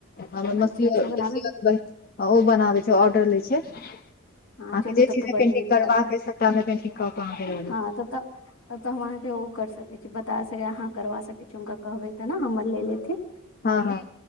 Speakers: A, on the left; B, on the left.
A: हमर
B: अच्छा
A: मसियौत
B: से बनाबे
A: <unintelligible> बहिन ओ बनाबै छै, ऑर्डर लै छै। अहाँके
B: हँ चलू
A: जे
B: तब
A: चीज
B: तऽ बड
A: में पेन्टिंग
B: नीक
A: करबाक
B: बात छै
A: अइछ सबटा में पेन्टिंग क क अहाँके द
B: हँ
A: देत।
B: तब त, तब त हम अहाँके ओ कर सकै छी, बता सकै अहाँ करबा सकै छी, हुनका कहबै तऽ न हमर लै लेथिन
A: हँ
B: ऑडर,
A: हँ